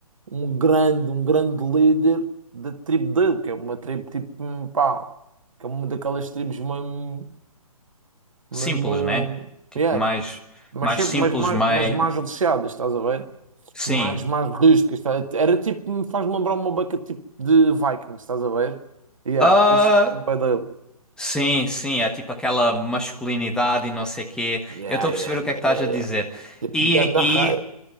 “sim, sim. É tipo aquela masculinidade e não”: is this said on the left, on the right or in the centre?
Centre